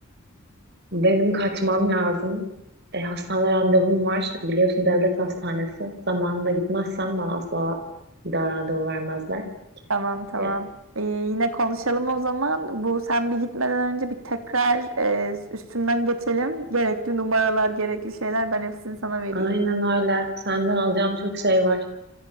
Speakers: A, on the right; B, on the right.
A: Benim kaçmam lazım. E, hastane randevum var. Biliyorsun devlet hastanesi. Zamanında gitmezsem bana asla bir daha randevu vermezler.
B: Tamam tamam.
A: E,
B: Ee, yine konuşalım o zaman. Bu sen bir gitmeden önce bir tekrar e, üstünden geçelim. Gerekli numaralar, gerekli şeyler ben hepsini sana vereyim.
A: aynen öyle. Senden alacağım çok şey var.